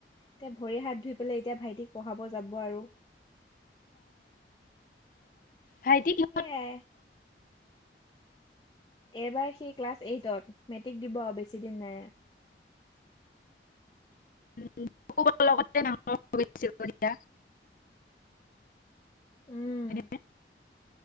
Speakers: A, on the left; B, on the left.
A: এতিয়া ভৰি হাত ধুই পেলাই এতিয়া ভাইটিক পঢ়াব যাব আৰু।
B: ভাইটী কিহ
A: সেয়াই এইবাৰ সি ক্লাছ এইটত, মেট্ৰিক দিব আৰু বেছি দিন নাই।
B: <unintelligible>
A: উম
B: হয়নে?